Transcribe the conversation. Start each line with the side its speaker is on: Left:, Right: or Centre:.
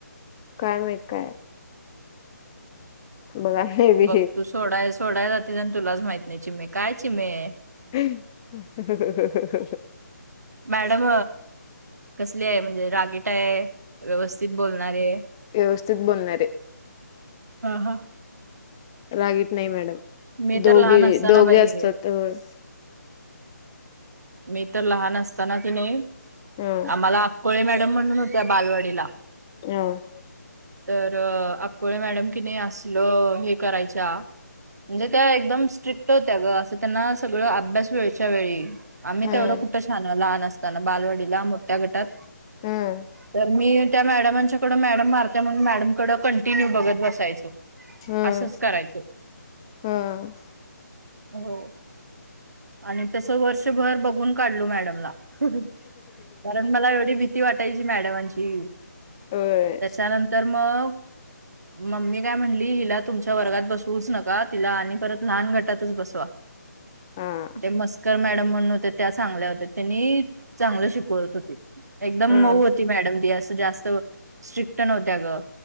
Left: काय माहीत काये? बघा नाही बी
Right: बघ तू सोडाय सोडाय जातीस. आण तुलाच माहित नाही चीमे. काय चीमे.
Left: <unintelligible>
Right: मॅडम कसलीय म्हणजे रागेटय? व्यवस्थित बोलणारीये?
Left: व्यवस्थित बोलणार आहे.
Right: हा ह.
Left: रागीट नाही मॅडम.
Right: मी
Left: दोघे
Right: तर लहान असताना
Left: दोघे
Right: बाई
Left: असतात त्यावेस.
Right: मी तर लहान असताना कीनी,
Left: हं
Right: आम्हाला अक्कोळे मॅडम म्हणून हो त्या बालवाडीला.
Left: ह.
Right: तर अक्कोळे मॅडम किनी असलं हे करायच्या. म्हणजे त्या एकदम स्ट्रिक्ट होत्या ग. असं त्यांना सगळं अभ्यास वेळच्या वेळी. आम्ही
Left: हं
Right: तेवढं कुठं शाहन लहान असताना. बालवडीला मोठ्या गटात.
Left: हं
Right: तर मी त्या मॅडमांच्याकडं, मॅडम मारता म्हणून मॅडमाकड कंटिन्यू बघत बसायचो.
Left: हं
Right: असंच करायचो.
Left: हं
Right: हो. आणि तस वर्षभर बघून काढलो मॅडमला. कारण मला एवढी भीती वाटायची मॅडमांची
Left: होय
Right: त्याच्यानंतर मग मम्मी काय म्हणली हिला तुमच्या वर्गात बसवूच नका तिला आणि परत लहान गटातच बसवा.
Left: हां
Right: ते मस्कर मॅडम म्हणून होत्या त्या चांगल्या होत्या त्यांनी चांगलं शिकवत होत्या एकदम
Left: हां
Right: मऊ ती मॅडम असं जास्त स्ट्रिक नव्हत्या ग